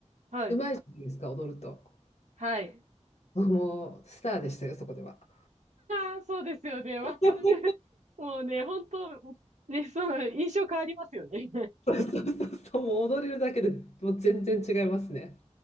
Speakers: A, on the right; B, on the left.
A: はい。
B: いいですか、踊ると。
A: はい。
B: もう、スターでしたよ、そこでは。
A: ああ、そうですよね。わかる。
B: <laughs>
A: <laughs> もうね、本当ね、その印象変わりますよね。
B: そうそうそうそう、もう踊れるだけでもう全然違いますね。